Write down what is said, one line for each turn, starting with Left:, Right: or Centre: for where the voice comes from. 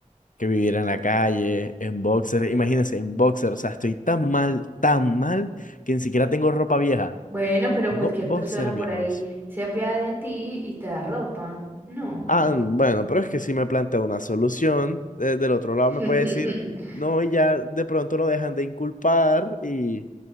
Left: que vivir en la calle, en boxer, imagínense, en boxer, o sea, estoy tan mal, tan mal, que ni siquiera tengo ropa vieja,
Right: Bueno, pero
Left: tengo
Right: cualquier
Left: boxer
Right: persona
Left: viejos.
Right: por ahí se apiada de ti y te da ropa. No.
Left: Ah, bueno, pero es que si me plantea una solución, eh, del otro lado
Right: <laughs>
Left: me puede decir, no, y ya de pronto lo dejan de inculpar y...